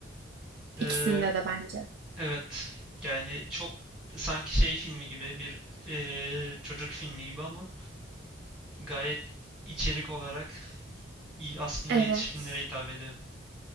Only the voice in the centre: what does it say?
Ee,
evet. Yani çok sanki şey filmi gibi bir ee, çocuk filmi gibi ama gayet içerik olarak iyi, aslında
yetişkinlere hitap ediyor.